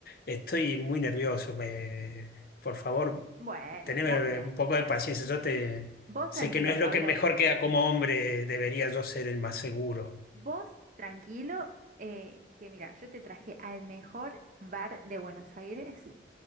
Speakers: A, on the left; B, on the right.
A: estoy muy nervioso. Me, por favor,
B: Bueno,
A: teneme
B: vos, mira,
A: un poco de paciencia. Yo te
B: vos
A: sé
B: tranquilo,
A: que no es
B: Pablo.
A: lo que mejor queda como hombre, debería yo ser el más seguro.
B: Vos tranquilo, eh, que mira, yo te traje al mejor bar de Buenos Aires